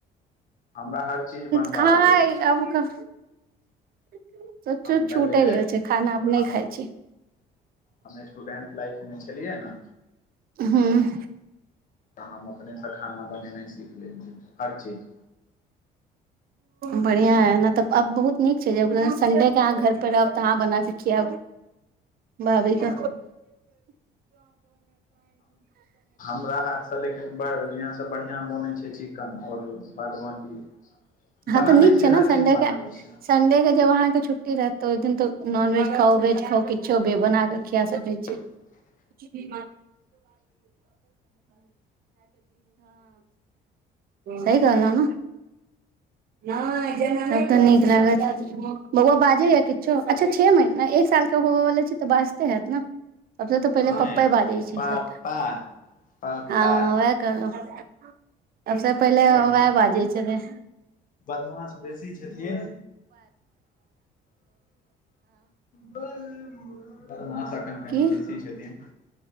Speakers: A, on the left; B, on the right.
A: हमरा हर चीज बनबऽ
B: खाइ
A: आबैए
B: अब का- - सब
A: हम
B: छूटे
A: पहिले
B: गेल छै खाना नहि
A: हम
B: खाय छैई।
A: हम स्टूडेंट लाइफ में छलियै न।
B: हम्म
A: तऽ हम अपनेसँ खाना बनेनाइ सीख लेलियै हर चीज।
B: बढ़िियां है न तब आब बहुत नीक छै, ज सडे के अहाँ घर पर रहब तऽ अहाँ बना क खियायब। भाबी
A: हँ
B: क
A: यै पुराना हाथसँ लेकिन बढ़ बढ़िआँ स बढ़िया बनै छै चिकन ओर सूवाद बाकी
B: हँ
A: बना
B: तऽ नीक
A: लै छियै,
B: छै ने
A: हर
B: संडे
A: चीज बना
B: के
A: लै छियै।
B: संडे के जब अहाँ के छुट्टी रहत ओइ दिन त नॉनवेज खाउ वेज खाउ किछो भी बना के खिया सकै छी।
A: ह।
B: ह। सी कगल ह ने तब त नीक लागत। बौआ बाजेयै किछो, अच्छा छे महीना एक साल के होब वाला छै त बाजते हयत न। अपने त पहिले
A: नहि
B: पप्पे बाजै छै
A: पा
B: सबटा,
A: पा पा
B: आ
A: पा
B: वएह करलहु सबसे पहिले
A: बदमाश
B: वएह बाजै छले।
A: बदमाश बेसी छलियै बदमाश <inaudible>
B: की,
A: छथिन